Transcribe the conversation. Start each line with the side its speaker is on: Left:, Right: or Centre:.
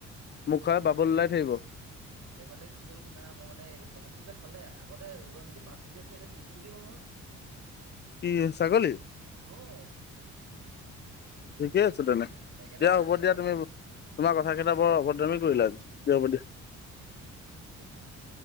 Left: মুখৰ বাবুল ওলাই থাকিব।
Right: সেই মানে কি হ'ল শুনা, মই মানে ভাতটো যে খালে আগতে যদি পাঁচ কেজি আছিলে, এতিয়া ত্ৰিশ কেজি হ'ল নহয়। <unintelligible>
Left: কি? ছাগলী,
Right: উম
Left: ঠিকে আছে তেনেকে,
Right: সেইকাৰণে
Left: দিয়া
Right: মানে
Left: হ'ব
Right: ময়ো
Left: দিয়া
Right: ভাবিলো
Left: তুমি। তোমাৰ কথাকেইটা বৰ অভদ্ৰামী কৰিলা, দিয়া হ'ব দিয়া।
Right: <inaudible>